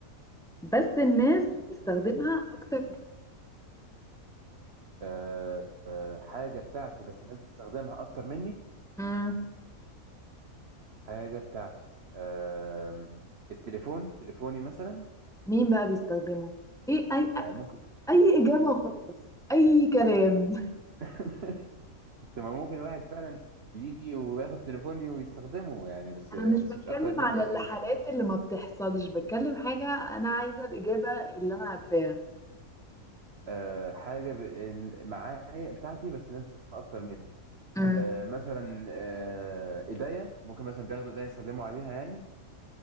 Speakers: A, in the centre; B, on the right.
A: بس الناس بتستخدمها أكتر من
B: آه، آه، حاجة بتاعتي بس الناس بتستخدمها أكتر مني
A: مم.
B: حاجة بتاعتي آم، التليفون تليفوني مثلا
A: مين بقى بيستخدمه؟ إيه أي
B: يعني ممكن
A: أي إجابة وخلاص أي كلام
B: <laughs> تمام ممكن واحد فعلا يجي وياخد تليفوني ويستخدمه يعني بس
A: أنا
B: بس
A: مش بتكلم
B: مش أكتر مني
A: على
B: أكيد
A: الحالات اللي ما بتحصلش بتكلم حاجة أنا عايزة الإجابة اللي أنا عارفاها
B: آه، حاجة ب... إن- معايا بتاعتي بس الناس بتستخدمها أكتر مني
A: مم.
B: آه، مثلا آه، إيديا ممكن مثلا بياخدوا إيديا يسلموا عليها يعني